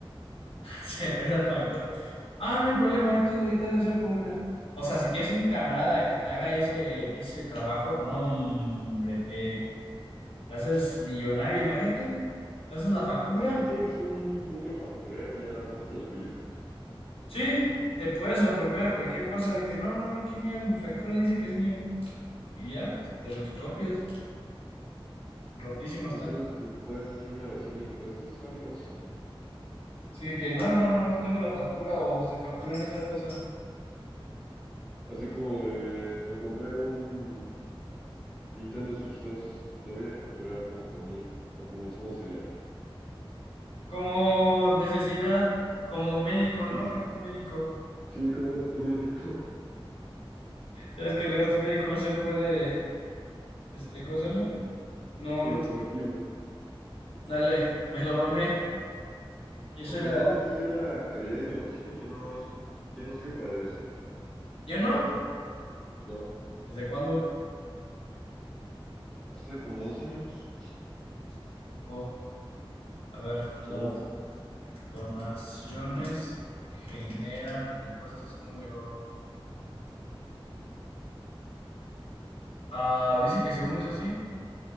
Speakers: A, on the left (about 80°); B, in the centre.
A: <laughs> se pierde el factor. Ah, no hay problema, ahí todavía yo saco una. O sea, si tienes un camarada que te haga ese, ese trabajo, no, hombre, te, te haces millonario, imagínate. Te haces la factura.
B: Es que si tienes un compro facturero, ya lo armaste en la vida.
A: Sí, te puedes apropiar cualquier cosa de que no, no, no, aquí mira, mi factura dice que es mío. Y ya, te lo expropias. Rotísimo está.
B: No solo eso, sino que puedes hacer una evasión de impuestos sabrosa.
A: Sí, de que no, hermano, no tengo la factura o se factura en esta cosa.
B: Así como de, me compré un Nintendo Switch dos lo voy a facturar como comida o como insumos de viaje.
A: como necesidad, como médico, ¿no?
B: Eso
A: Gasto médico.
B: Sí, como gasto médico, <laughs>
A: Es que el gasto médico no se puede, este, ¿cómo se llama? No,
B: como
A: no tiene.
B: donativo.
A: Dale, me lo doné. Yo
B: Aunque
A: soy la.
B: no, vi que ya la caridad y donación ya no es, ya no sirve para deducir.
A: ¿Ya no?
B: No,
A: ¿Desde cuándo?
B: hace como dos años.
A: Tampoco. A ver,
B: Simón,
A: las donaciones generan impuestos, no me logro. Ah, dice que según eso sí,